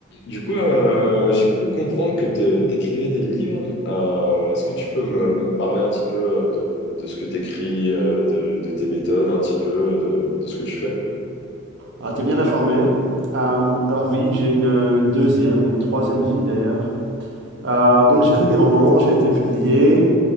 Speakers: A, on the left (about 60°); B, on the right (about 60°).
A: Du coup, euh, j'ai cru comprendre que tu t'écrivais des livres. Euh, est-ce que tu peux me, me parler un petit peu euh, de, de ce que t'écris, euh, de, de tes méthodes, un petit peu, de, de ce que tu fais?
B: Ah, t'es bien informé. Euh, alors oui, j'ai une, une deuxième ou une troisième vie d'ailleurs. Euh, donc j'écris des romans, j'ai été publié.